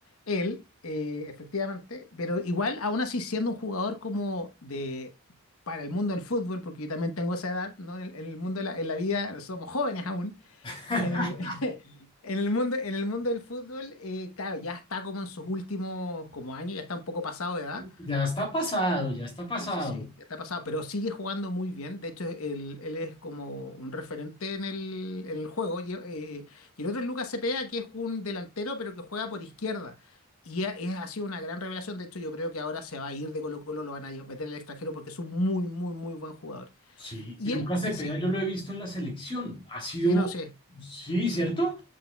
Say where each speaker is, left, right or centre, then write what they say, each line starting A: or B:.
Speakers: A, on the left; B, on the left.
A: él, eh, efectivamente, pero igual, aún así, siendo un jugador como de, para el mundo del fútbol, porque yo también tengo esa edad, ¿no? En el, en el mundo de la, en la vida, somos jóvenes aún,
B: <laughs>
A: en el, <laughs> En el mundo, en el mundo del fútbol, eh, claro, ya está como en sus últimos como años, ya está un poco pasado de edad,
B: Ya está pasado, ya está pasado.
A: Sí, sí, sí, ya está pasado, pero sigue jugando muy bien. De hecho, él, él es como un referente en el, en el juego. Lle- eh, Y, el otro es Lucas Cepeda, que es un delantero, pero que juega por izquierda. Y ha, es- ha sido una gran revelación. De hecho, yo creo que ahora se va a ir de Colo-Colo, lo van a meter al extranjero porque es un muy, muy, muy buen jugador.
B: Sí,
A: Y
B: Lucas
A: él,
B: Cepeda
A: sí,
B: yo lo he visto en la selección. Ha sido,
A: sí, no, sí,
B: sí, ¿cierto?